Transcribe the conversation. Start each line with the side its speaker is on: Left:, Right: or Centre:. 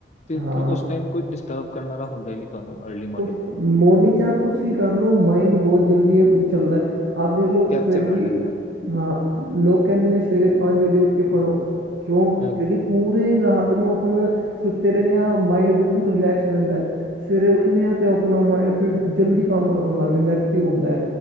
Left: ਤੇ
Right: ਹਾਂ
Left: ਉਸ ਟਾਈਮ ਕੋਈ ਡਿਸਟਰਬ ਕਰਨ ਵਾਲਾ ਹੁੰਦਾ ਹੀ ਨਹੀਂ ਤੁਹਾਨੂੰ ਅਰਲੀ
Right: ਕੁਛ
Left: ਮੋਰਨਿੰਗ
Right: ਮੋਰਨਿੰਗ 'ਚ ਆਪ ਕੁਛ ਵੀ ਕਰ ਲਓ ਮਾਈੰਡ ਬਹੁਤ ਜਲਦੀ ਚੱਲਦਾ। ਆਧੇ ਲੋਕ
Left: ਕੈਪਚਰ
Right: ਫਿਰ
Left: ਕਰ
Right: ਵੀ
Left: ਲੈਂਦਾ
Right: ਹਾਂ ਲੋਕ ਕਹਿੰਦੇ ਨੇ ਸਵੇਰੇ ਪੰਜ ਵਜੇ ਉੱਠ ਕੇ ਪੜ੍ਹੋ ਕਿਉਂ
Left: ਹਾਂਜੀ,
Right: ਕਿਉਂਕਿ ਪੂਰੇ ਰਾਤ ਨੂੰ ਆਪਾਂ ਸੁੱਤੇ ਰਹਿੰਦੇ ਹਾਂ ਮਾਇੰਡ ਬਿਲਕੁਲ ਰਿਲੈਕਸ ਰਹਿੰਦਾ ਸਵੇਰੇ ਉੱਠ ਨੇ ਹਾਂ ਅਤੇ ਆਪਣਾ ਮਾਇੰਡ ਫਿਰ ਜਲਦੀ ਕੰਮ ਕਰਨ ਲੱਗ ਜਾਂਦਾ ਐਕਟਿਵ ਹੁੰਦਾ।